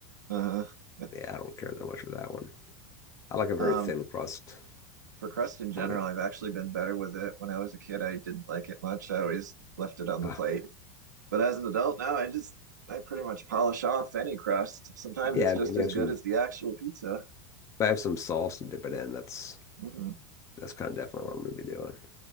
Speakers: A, on the right; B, on the left.
A: Uh, <laughs>
B: yeah, I don't care that much for that one. I like a very
A: um,
B: thin crust
A: for crust in general,
B: on it.
A: I've actually been better with it. When I was a kid, I didn't like it much. I always left it on the
B: Ah,
A: plate. But as an adult now, I just I pretty much polish off any crust. Sometimes
B: yeah,
A: it's
B: I
A: just
B: mean, you
A: as
B: have
A: good
B: some
A: as the actual pizza.
B: if I have some sauce to dip it in, that's
A: hmm
B: that's kind of definitely what I'm gonna be doing.